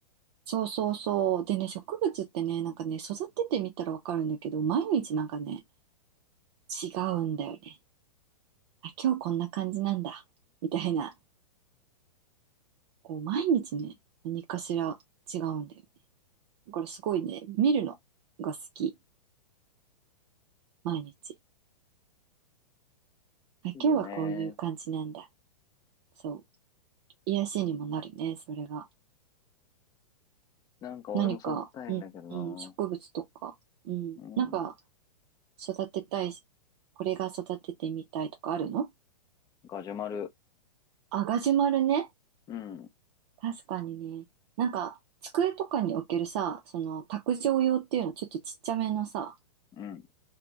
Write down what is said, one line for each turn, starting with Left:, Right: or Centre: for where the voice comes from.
Right: そうそうそう。でね、植物ってね、なんかね、育ててみたらわかるんだけど、毎日なんかね、違うんだよね。あ、今日こんな感じなんだ。みたいな。こう、毎日ね、何かしら違うんだよね。だからすごいね、見るのが好き。毎日。あ、
Left: いいよね。
Right: 今日はこういう感じなんだ。そう。癒しにもなるね、それが。
Left: なんか俺も育てたいんだけどな。
Right: 何か、うん、うん、植物とか、うん、
Left: うん。
Right: なんか育てたいし、これが育ててみたいとかあるの
Left: ガジュマル。
Right: あ、ガジュマルね。
Left: うん。
Right: 確かにね。なんか、机とかに置けるさ、その、卓上用っていうの、ちょっとちっちゃめのさ、
Left: うん。い